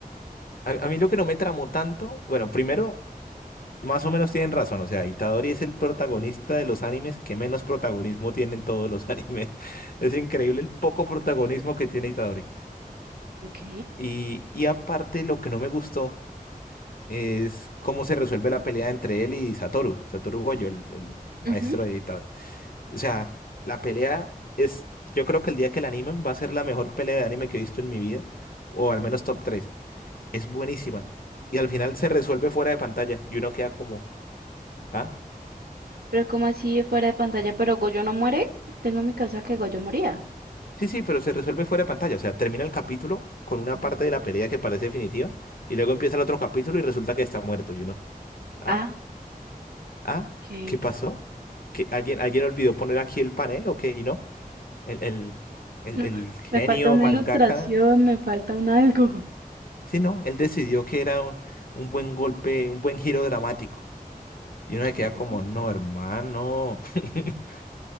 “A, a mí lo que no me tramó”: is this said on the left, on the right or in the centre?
Left